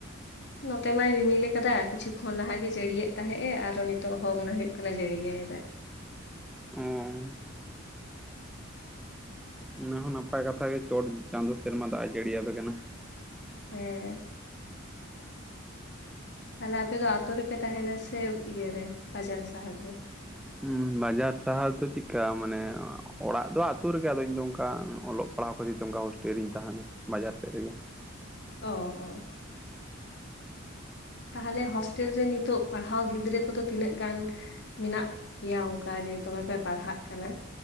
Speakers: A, on the left; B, in the centre.
A: ᱱᱚᱛᱮ ᱢᱟᱭ ᱨᱤᱢᱤᱞ ᱟᱠᱟᱫᱟᱟᱭ ᱠᱤᱪᱷᱩ ᱠᱷᱚᱱ ᱞᱟᱦᱟᱜᱮ ᱡᱟᱹᱲᱤᱭᱮᱫ ᱛᱟᱦᱮᱸᱜ ᱮ ᱟᱨᱚ ᱱᱤᱛᱚᱜ ᱦᱚᱸ ᱢᱚᱱᱮ ᱦᱩᱭᱩᱜ ᱠᱟᱱᱟ ᱡᱟᱹᱲᱤᱭᱟᱭ ᱫᱟᱜ
B: ᱚᱸ ᱚᱱᱟ ᱦᱚᱸ ᱱᱟᱯᱟᱭ ᱠᱟᱛᱷᱟ ᱜᱮ ᱪᱚᱴ ᱪᱟᱸᱫᱚ ᱥᱮᱨᱢᱟ ᱫᱟᱜ ᱡᱟᱹᱲᱤᱭᱟᱯᱮ ᱠᱟᱱᱟ
A: ᱦᱮᱸ ᱛᱟᱦᱚᱞᱮ ᱟᱯᱮ ᱫᱚ ᱟᱛᱳ ᱨᱮᱯᱮ ᱛᱟᱦᱮᱱᱟ ᱥᱮ ᱤᱭᱟᱹᱨᱮ ᱵᱟᱡᱟᱨ ᱥᱟᱦᱟᱨ ᱨᱮ?
B: ᱦ ᱵᱟᱡᱟᱨ ᱥᱟᱦᱟᱨ ᱫᱚ ᱪᱮᱫᱠᱟ ᱢᱟᱱᱮ ᱚᱲᱟᱜ ᱫᱚ ᱟᱹᱛᱩ ᱨᱮᱜᱮ ᱟᱫᱚ ᱤᱧᱫᱚ ᱚᱱᱠᱟ ᱚᱞᱚᱜ ᱯᱦᱟᱜ ᱯᱟᱲᱦᱟᱣ ᱠᱷᱟᱹᱛᱤᱨ ᱛᱮ ᱚᱱᱠᱟ ᱦᱳᱥᱴᱮᱞ ᱨᱤᱧ ᱛᱟᱦᱮᱱᱟ ᱵᱟᱡᱟᱨ ᱥᱮᱫ ᱨᱮᱜᱮ
A: ᱚ ᱚ ᱛᱟᱦᱞᱮ ᱦᱚᱥᱴᱮᱞ ᱨᱮ ᱱᱤᱛᱚᱜ ᱯᱟᱲᱦᱟᱣ ᱜᱤᱫᱽᱨᱟᱹ ᱠᱚᱫᱚ ᱛᱤᱱᱟᱹᱜ ᱜᱟᱱ ᱢᱮᱱᱟᱜ ᱯᱮᱭᱟ ᱚᱱᱠᱟ ᱡᱮ ᱫᱚᱢᱮ ᱯᱮ ᱯᱟᱲᱦᱟᱜ ᱠᱟᱱᱟ